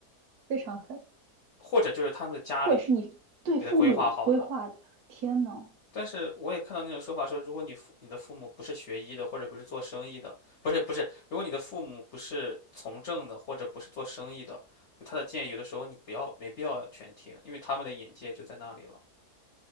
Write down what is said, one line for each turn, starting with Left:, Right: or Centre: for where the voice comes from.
Right: 非常狠，
Left: 或者就是他们的家里
Right: 或者是你对父母规划的。
Left: 给他规划好的。
Right: 天呐，
Left: 但是我也看到那种说法说，如果你父你的父母不是学医的，或者不是做生意的，不是不是，如果你的父母不是从政的，或者不是做生意的，就他的建议有的时候你不要没必要全听，因为他们的眼界就在那里了。